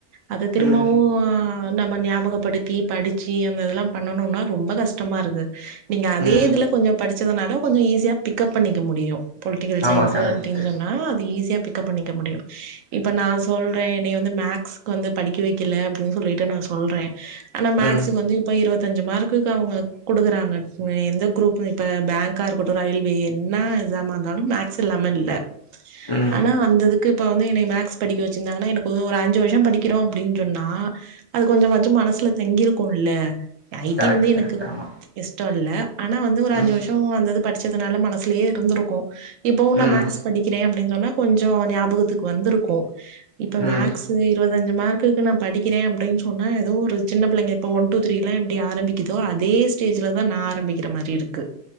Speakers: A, on the right; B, on the left.
A: அத திரும்பவு
B: ம்
A: நம்ம ஞாபகப்படுத்தி படிச்சி அந்த இதெல்லா பண்ணணுனா ரொம்ப கஷ் டமா இருக்கு நீங்க அதே
B: ம்
A: இதுல கொஞ்சோ படிச்சதுனால கொஞ்சோ ஈஸியா பிக்கப் பண்ணிக்க முடியு பொலிட்டிக்கல் சயின்ஸூ
B: ஆமா கரெக்ட்டு
A: அப்டின் சொன்னா அது ஈஸியா பி க்கப் பண்ணிக்க முடியு இப்ப நா சொல்றே என்னய வந்து மக்ஸுக்கு வந்து படிக்க வக்கல அப்டின் சொல்லிட்டு நா சொல்றே ஆனா மக்ஸுக்கு
B: ம்
A: வந்து இப்ப இருவத்தஞ்சு மார்க்குக்கு அவுங்க குடுக்குறாங்க எந்த குரூப் இப்ப பாங்கா இருக்கட்டு ரயில்வே என்ன எக்ஸாம இருந்தாலு மக்ஸ் இல்லா லாம இல்ல
B: ம்
A: ஆனா அந்த இதுக்கு இப்ப வந்து என்னய மக்ஸ் படிக்க வச்சிருந்தாங்கனா எனக்கு ஒரு அஞ்சு வருஷோ படிக்கிறோ அப்டின் சொன்னா அது கொஞ்சமாச்சு மனசு ல தங்கிருக்குல்ல ஐடி
B: கரெக்ட்
A: வந்து எனக்கு
B: கரெக்ட் ஆமா
A: இஷ்டோ இல்ல ஆனா வந்து ஒரு அஞ்சு
B: ம்
A: வருஷோ அந்தது படிச்சதுனால மனசுலேயே இருந்துருக்கு இப்பவு நா
B: ம்
A: மக்ஸ் படிக்கிற அப்டின் சொன்னா கொஞ்சோ ஞாபகத்துக்கு வந்துருக்கு இப்ப
B: ம்
A: மக்ஸூ இருவத்தஞ்சு மார் குக்கு நா படிக்கிறே அப்டின் சொன்னா ஏதோ ஒரு சின்ன பிள்ளைங்க இப்ப ஒன் டூ த்ரீ லா எப்டி ஆரம்பிக்கிதோ அதே ஸ் ஸ்டேஜ்ல தா நா ஆரம்பிக்கிற மாரி இருக்கு